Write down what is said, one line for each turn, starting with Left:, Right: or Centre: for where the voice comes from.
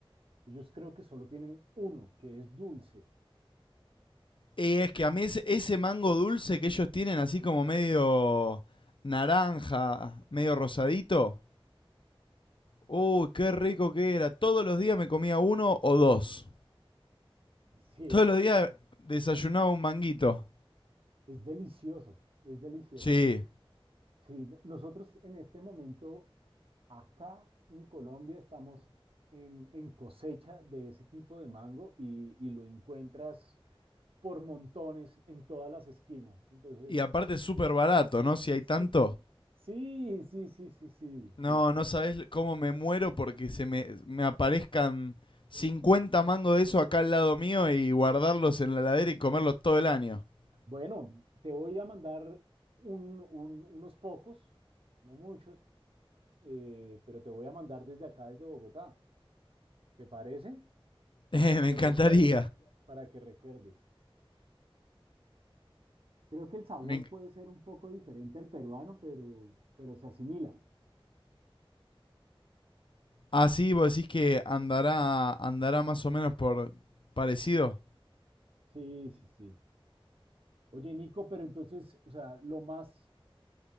Right: Ellos creo que solo tienen uno, que es dulce.
Left: Y es que a mí ese, ese mango dulce que ellos tienen, así como medio naranja, medio rosadito, uy, qué rico que era. Todos los días me comía uno o dos.
Right: Sí,
Left: Todos los días desayunaba un manguito.
Right: Es delicioso, es delicioso.
Left: Sí.
Right: Sí, no- nosotros en este momento acá en Colombia estamos en, en cosecha de ese tipo de mango y, y lo encuentras por montones en todas las esquinas. Entonces,
Left: Y aparte es súper barato, ¿no? Si hay tanto.
Right: sí, sí, sí, sí, sí, sí,
Left: No,
Right: sí.
Left: no sabés cómo me muero porque se me, me aparezcan 50 mangos de eso acá al lado mío y guardarlos en la heladera y comerlos todo el año. <laughs>
Right: Bueno, te voy a mandar un- un- unos pocos, no muchos, eh, pero te voy a mandar desde acá, desde Bogotá. ¿Te parece?
Left: Eh,
Right: para que
Left: me encantaría.
Right: recuerdes, para que recuerdes. Creo que el sabor
Left: Me enc-
Right: puede ser un poco diferente al peruano, pero, pero se asimila.
Left: Así vos decís que andará, andará más o menos por parecido.
Right: Sí, sí, sí. Oye, Nico, pero entonces, o sea, lo más